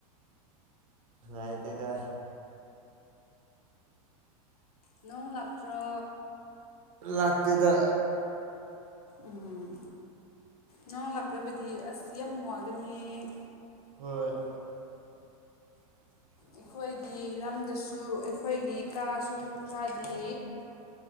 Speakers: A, on the right; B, on the left.
A: ꯉꯥꯏ ꯇꯦꯗ
B: ꯎ ꯅꯣꯡ ꯂꯥꯛꯇ꯭ꯔꯣ
A: ꯂꯥꯛꯇꯦꯗ
B: ꯎꯝ ꯅꯪ ꯂꯥꯛꯇꯕꯗꯤ ꯑꯁ ꯌꯥꯝ ꯋꯥꯒꯅꯤ
A: ꯍꯣꯏ <inaudible>
B: ꯑꯩꯈꯣꯏꯒꯤ ꯂꯝꯗꯁꯨ ꯑꯩꯈꯣꯏꯒꯤ ꯀꯥꯁꯨ ꯈꯔꯗꯤ